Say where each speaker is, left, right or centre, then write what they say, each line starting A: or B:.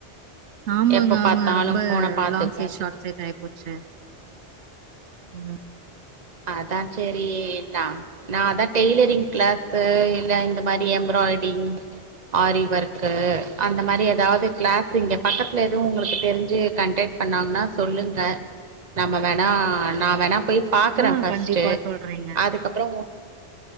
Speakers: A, on the right; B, on the right.
A: ஆமாங்க
B: எப்ப
A: ஆமாங்க
B: பார்த்தாலும்
A: ரொம்ப
B: போனை பார்த்து
A: லாங் சைட்
B: பார்த்து
A: ஷார்ட் சைட் ஆயி போச்சு உ
B: அதா சேரினா நா அதா டெய்லரிங் கிளாஸு இல்ல இந்த மாரி எம்பிராய்ட்ரிங் ஆரி ஒர்க்கு அந்த மாரி எதாவ்து கிளாஸ் இங்க பக்கத்துல எதுவு உங்களுக்கு தெரிஞ்சு கன்டேக்ட் பண்ணாங்ன்னா சொல்லுங்க நம்ம வேணா நா வேணா போய் பா க்குறே
A: ஆ
B: ஃபர்ஸ்ட்டு
A: கண்டிப்பா சொல்றேங்க.
B: அதுக்கப்றோ